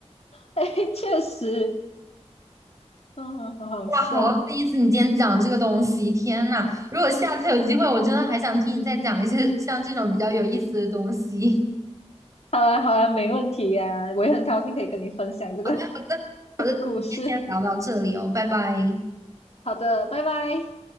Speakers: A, on the left (about 65°); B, on the right (about 30°).
A: 哎，确实。<laughs> 哦，好好笑。
B: 哇，好有意思！你今天讲这个东西，天呐，如果下次有机会，我真的还想听你再讲一些像这种比较有意思的东西。
A: 好啊，好啊，没问题呀、我也很高兴可以跟你分享这个
B: <laughs> 好的，
A: <laughs>
B: 好的，
A: 这个故事。
B: 好的，那我们今天先聊到这里哦，拜拜。
A: 好的，拜拜。